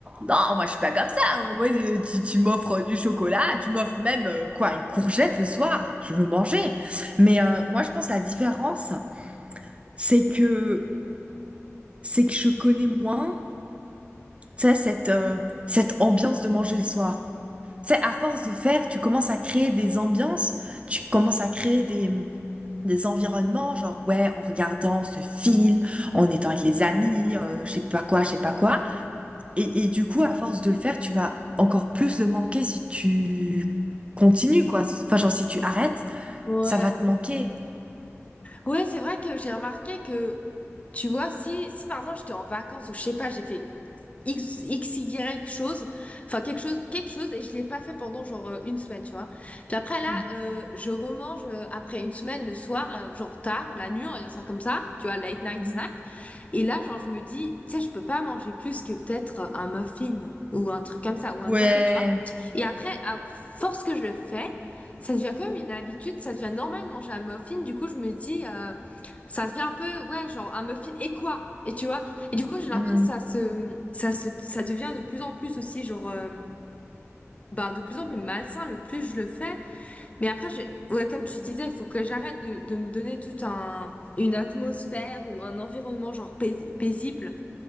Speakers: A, on the right (about 25°); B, on the left (about 30°).
A: non, moi je suis pas comme ça. Moi, euh, tu, tu m'offres euh, du chocolat, tu m'offres même euh, quoi, une courgette le soir. Je veux manger. Mais euh, moi, je pense que la différence, c'est que c'est que je connais moins, tu sais, cette euh, cette ambiance de manger le soir. Tu sais, à force de faire, tu commences à créer des ambiances, tu commences à créer des des environnements, genre ouais, en regardant ce film, en étant avec les amis, euh, je sais pas quoi, je sais pas quoi. Et, et du coup, à force de le faire, tu vas encore plus le manquer si tu continues, quoi. Enfin, genre, si tu arrêtes,
B: Ouais,
A: ça va te manquer.
B: Ouais, c'est vrai que j'ai remarqué que, tu vois, si, si par exemple j'étais en vacances ou je sais pas, j'ai fait X, X, Y chose, enfin quelque chose, quelque chose, et je l'ai pas fait pendant genre euh, une semaine, tu vois. Puis après là,
A: Mhm.
B: euh, je remange euh, après une semaine le soir, euh, genre tard, la nuit, on va dire ça comme ça, tu vois, late night
A: Mhm.
B: snack. Et là, genre, je me dis, tu sais, je peux pas manger plus que peut-être euh, un muffin ou un truc comme ça,
A: Ouais.
B: ou un café, tu vois. Et après, à force que je le fais, ça devient comme une habitude, ça devient normal de manger un muffin. Du coup, je me dis, euh, ça devient un peu, ouais, genre un muffin et quoi? Et tu vois? Et du coup, j'ai l'impression
A: Mhm.
B: que ça se, ça se, ça devient de plus en plus aussi, genre, euh, bah, de plus en plus malsain le plus je le fais. Mais après, j'ai, ouais, comme tu disais, il faut que j'arrête de, de me donner toute un, une atmosphère ou un environnement, genre, pais- paisible.